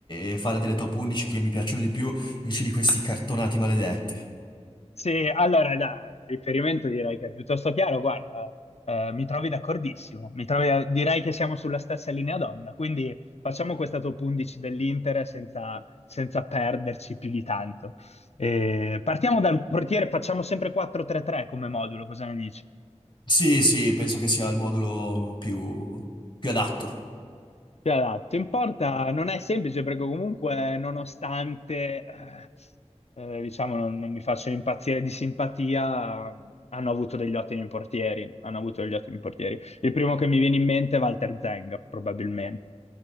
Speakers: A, on the left (about 45°); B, on the left (about 65°).
A: e fare delle top 11 che mi piacciono di più, invece di questi cartonati maledetti.
B: Sì, allora dai, il riferimento direi che è piuttosto chiaro, guarda, eh, mi trovi d'accordissimo, mi trovi da- direi che siamo sulla stessa linea d'onda, quindi facciamo questa top 11 dell'Inter senza, senza perderci più di tanto. Eh, partiamo dal portiere, facciamo sempre 4-3-3 come modulo, cosa ne dici?
A: Sì, sì, penso che sia il modulo più più adatto.
B: Ti adatto. In porta non è semplice perché comunque nonostante eh, eh, diciamo non, non mi faccio impazzire di simpatia, hanno avuto degli ottimi portieri, hanno avuto degli ottimi portieri. Il primo che mi viene in mente è Walter Zenga, probabilmente,